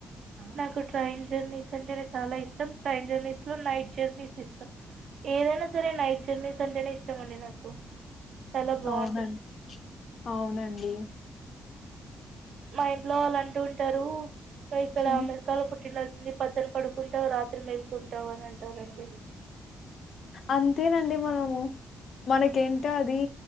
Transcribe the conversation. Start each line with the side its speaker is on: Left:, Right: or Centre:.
Right: నాకు ట్రైన్ జర్నీస్ అంటేనెచాలా ఇష్టం ట్రైన్ జర్నీస్ లో నైట్ జర్నీస్ ఇష్టం ఏదైనా సరే నైట్ జర్నీస్ అంటేనే ఇష్టం అండి నాకు చాలా బావుంటుంది.
Left: అవునన్ అవునండి
Right: మా ఇంట్లో వాళ్ళు అంటూ ఉంటారు పైఇక్కడ
Left: హ్మ్.
Right: అమెరికాలో పుట్టిన నీ పక్కన పడుకుంటావు రాత్రి మేలుకుంటావు అని అంటారండి
Left: అంతేనండి మనము మనకేంటొ అది